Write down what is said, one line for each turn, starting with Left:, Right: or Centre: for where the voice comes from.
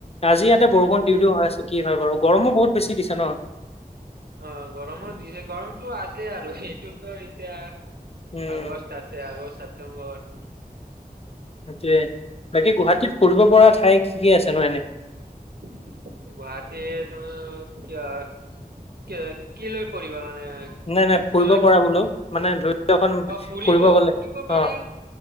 Left: আজি ইয়াতে বৰষুণ দিওঁ দিও হৈ আছে কি হয় হয় বাৰু গৰমো বহুত বেছি দিছে ন।
Right: অ' গৰমত দিছে গৰমতটো আছে আৰু এইটোতো এতিয়া
Left: উম
Right: আগষ্ট আছে আগষ্ট উম ব <inaudible>
Left: সেইটোয়ে! বাকী গুৱাহাটীত ফুৰিব পৰা ঠাই কি কি আছে ন এনে?
Right: গুৱাহাটী তমাৰ কি কি লৈ পিবা মানে <inaudible>
Left: নাই নাই, ফুৰিব
Right: তোমাৰ
Left: পৰা বোলো মানে ধৰি লোৱা অকণ
Right: অ। ফুৰিব-
Left: গ'লে
Right: ফুৰিব পাৰা
Left: অ